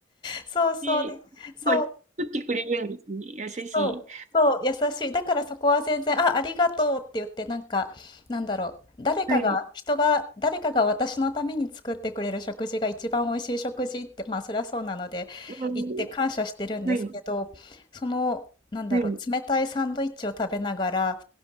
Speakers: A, on the left; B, on the right.
A: そうそう。
B: で、
A: でそう
B: はい。作ってくれるんですね。優しい。
A: そう、そう、優しい。だからそこは全然、あ、ありがとうって言って、なんか、なんだろう、誰かが、
B: はい。
A: 人が、誰かが私のために作ってくれる食事が一番美味しい食事って、まあそりゃそうなので、
B: うん。
A: 言って感謝してるんですけど、
B: はい。
A: その、なんだろう、
B: はい。
A: 冷たいサンドイッチを食べながら、